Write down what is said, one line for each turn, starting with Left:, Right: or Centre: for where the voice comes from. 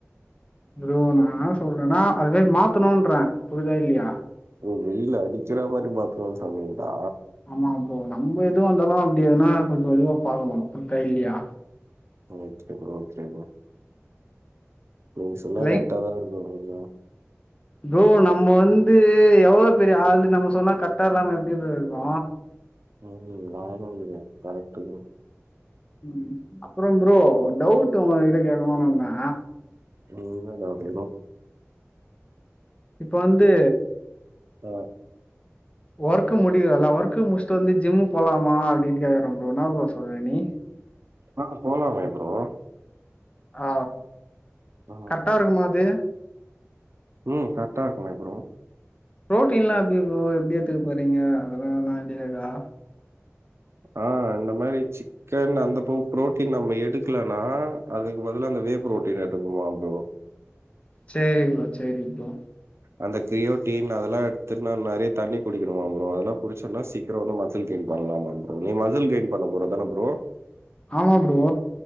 Left: ப்ரோ நா இன்னா சொல்றேன்னா அது போய் மாத்தணுன்றே புரிதா இல்லயா
Right: ஓ வெயில் அடிக்கிற மாரி மாத்தனுன்னு சொன்னிங்ளா
Left: ஆமா ப்ரோ நம்ம எதுவாந்தாலு அப்டி எதுனா கொஞ்சோ இதுவா பாக்கனு புரிதா இல்லயா
Right: ஓகே ப்ரோ ஓகே ப்ரோ நீங்க சொன்னா
Left: லைக்
Right: கரெக்டா தா இருக்கு எல்லா
Left: ப்ரோ நம்ம வந்து எவ்ளோ பெரிய ஆளு நம்ம சொன்னா கரட்டா இல்லாம எப்டி ப்ரோ இருக்கு
Right: ம் ஆமா ப்ரோ கரெக்ட்டு ப்ரோ
Left: ம் அப்றோ ப்ரோ ஒரு டவுட் உங்ககிட்ட கேக்கனுன்னு இருந்தே
Right: என்ன டவுட்டு ப்ரோ
Left: இப்ப வந்து
Right: அஹ்
Left: ஒர்க்கு முடியுல்ல ஒர்க்கு முடிச்ட்டு வந்து ஜிம்மு போலாமா அப்டின்னு கேக்குறே ப்ரோ இன்னா ப்ரோ சொல்ற நீ
Right: அ போலாமே ப்ரோ
Left: அ
Right: ஆ
Left: கரெக்டா இருக்குமா அது
Right: ம் கரெக்டா இருக்குமே ப்ரோ
Left: ப்ரோட்டீன்லா எப்டி ப்ரோ எப்டி எத்துக்க போறீங்க அதலா எதனா ஐடியா இருக்கா
Right: அ இந்த மாரி சிக் கன் அந்த ப்ரோட்டீன் நம்ம எடுக்கலனா அதுக்கு பதிலா அந்த வே ப்ரோட்டீன் எடுக்கன்னுமா ப்ரோ
Left: சேரி ப்ரோ சேரி ப்ரோ
Right: அந்த கிரியோடீன் அதெல்லா எடுத்துன்னு நெறைய தண்ணி குடிக்கணும்மா ப்ரோ அதெல்லா குடிச்சோன்னா சீக் க்ரோ வந்து மசில் கெயின் பண்ணலாமா ப்ரோ நீ மசில் கெயின் பண்ண போற தான ப்ரோ
Left: ஆமா ப்ரோ